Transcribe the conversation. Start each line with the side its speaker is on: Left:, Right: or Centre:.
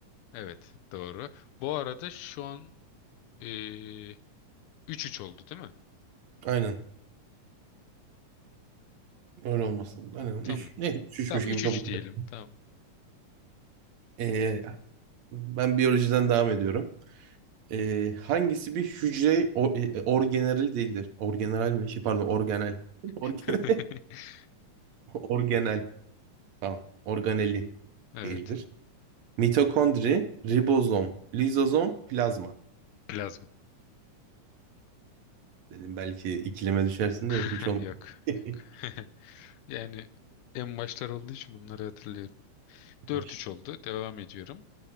Left: Evet doğru. Bu arada şu an ee, üç 3 oldu değil mi?
Right: Aynen. Öyle olmasın. Aynen.
Left: Tamam.
Right: Üç, neyse üç, üçmüş
Left: Tamam
Right: gibi
Left: üç
Right: kabul
Left: üç
Right: edelim.
Left: diyelim. Tamam.
Right: Ee, ben biyolojiden devam ediyorum. Ee, hangisi bir hücre o, e, orgeneral değildir? Orgeneral mi? Şey, pardon organel. <laughs> Organel.
Left: <laughs>
Right: Organel. Tamam. Organeli
Left: Evet.
Right: değildir. Mitokondri, ribozom, lizozom, plazma.
Left: Plazma.
Right: Dedim belki ikileme düşersin
Left: <laughs>
Right: de hiç olmadı.
Left: Yok
Right: <laughs>
Left: yok. <laughs> Yani en başlar olduğu için bunları hatırlıyorum. Dört
Right: Baş-
Left: üç oldu. Devam ediyorum.